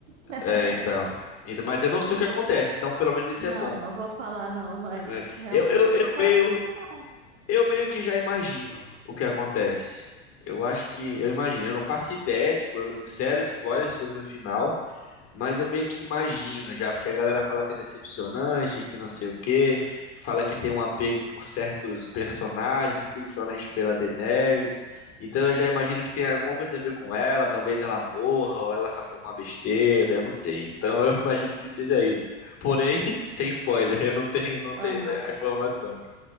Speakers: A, on the right; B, on the left.
A: <laughs>
B: É, então. Então, Mas eu não sei o que acontece, então pelo menos isso
A: Não,
B: é bom.
A: não vou falar não, mas
B: É,
A: realmente
B: Eu, eu,
A: assim,
B: eu
A: pode
B: meio,
A: ser que não.
B: eu meio que já imagino o que acontece. Eu acho que eu imagino, eu não faço ideia, tipo, eu- zero spoiler sobre o final. Mas eu meio que imagino já, porque a galera fala que é decepcionante, que não sei o quê, fala que tem um apego por certos personagens, principalmente pela Daenerys. Então eu já imagino que tem alguma coisa a ver com ela, talvez ela morra ou ela faça alguma besteira, eu não sei. Então eu <laughs> imagino que seja isso. Porém, <laughs> sem spoiler, eu não tenho, não tenho
A: Aham.
B: essa informação.